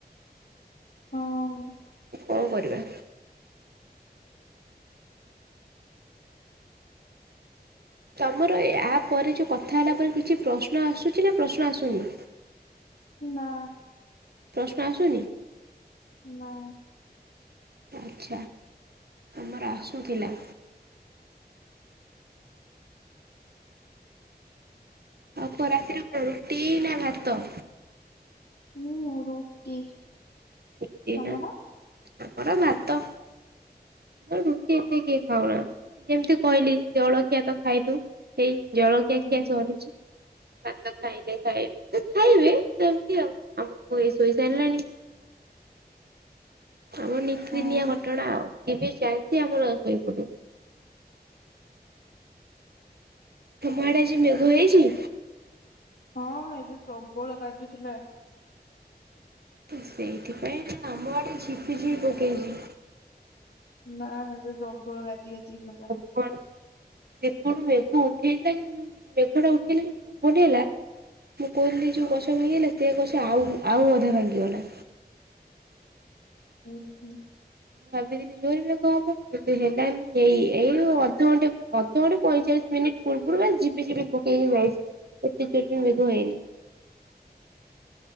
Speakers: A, on the left (about 75°); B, on the right (about 70°).
A: ହଁ।
B: କଣ କରିବା। ତମର ଏ ଆ ପରେ ଯୋଉ କଥା ହେଲା ପରେ କିଛି ପ୍ରଶ୍ନ ଆସୁଚି ନା ପ୍ରଶ୍ନ ଆସୁନି?
A: ନା।
B: ପ୍ରଶ୍ନ ଆସୁନି?
A: ନା।
B: ଆଚ୍ଛା। ଆମର ଆସୁଥିଲା। ଆଉ କୁହ ରାତିରେ କଣ ରୁଟି ନା ଭାତ?
A: ଉଁ ରୁଟି।
B: ରୁଟି
A: ତମର
B: ନା। ଆମର ଭାତ। ଆମର ରୁଟି ଏତେ କିଏ ଖାଉନା। ଯେମିତି କହିଲି ଜଳଖିଆ ତ ଖାଇଦଉ। ହେଇ ଜଳଖିଆ
A: ହୁଁ
B: ଖିଆ ସରିଚି। ଭାତ ଖାଇଲେ ଖାଇ ଖାଇବେ ସେମିତି ଆଉ। ଆମକୁ ଏଇ ଶୋଇ ସାରିଲାଣି।
A: <inaudible>
B: ଆମର ନିତିଦିନିଆ
A: ହଁ
B: ଘଟଣା ଆଉ। ଟିଭି ଚାଲିଚି ଆମର ଶୋଇପଡିବୁ। ତମ ଆଡେ ଆଜି ମେଘ ହେଇଚି?
A: ହଁ ଏବେ ପ୍ରବଳ ଗାଜୁ ଥିଲା।
B: ସେଇଥିପାଇଁ ଆମ ଆଡେ ଝିପିଝିପି ପକେଇଚି।
A: ନା ଏବେ ପ୍ରବଳ ଗାଜି ଗାଜିି କି ଗଲା।
B: ପ୍ରବଳ, ସେପଟୁ ମେଘ ଉଠେଇଲା କିନ୍ତୁ ଯୋଉ ମେଘ ଟା ଉଠେଇଲେ ଯୋଉ ପବନ ହେଲା ମୁଁ କହିଲି ଯୋଉ ଗଛ ଭାଙ୍ଗିଗଲା। ସେ ଗଛ ଆଉ ଆଉ ଅଧା ଭାଙ୍ଗିଗଲା।
A: ଉଁ ହୁଁ।
B: ମୁଁ ଭାବିଥିଲି ଜୋରେ ମେଘ ହବ କିନ୍ତୁ ହେଲାନି ଏଇ ଏଇ ଅଧଘଣ୍ଟେ ଅଧଘଟେ ପଇଁଚାଳିଶ ମିନିଟ୍ ପୂର୍ବରୁ ବା ଝିିପିଝିିପି ପକେଇକି ଯାଇଚି। ଏତେ ଜୋରେ ବି ମେଘ ହେଇନି।